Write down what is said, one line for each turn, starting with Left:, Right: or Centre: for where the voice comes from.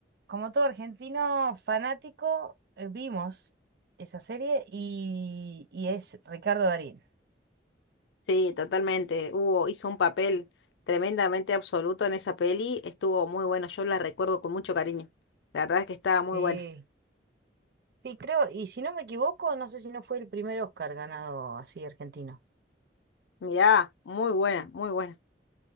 Right: como todo argentino fanático, eh, vimos esa serie y, y es Ricardo Darín.
Left: Sí, totalmente. Hubo, hizo un papel tremendamente absoluto en esa peli. Estuvo muy bueno. Yo la recuerdo con mucho cariño. La verdad es que estaba muy
Right: Sí,
Left: buena.
Right: sí, creo, y si no me equivoco, no sé si no fue el primer Oscar ganado así argentino.
Left: Mirá, muy buena, muy buena.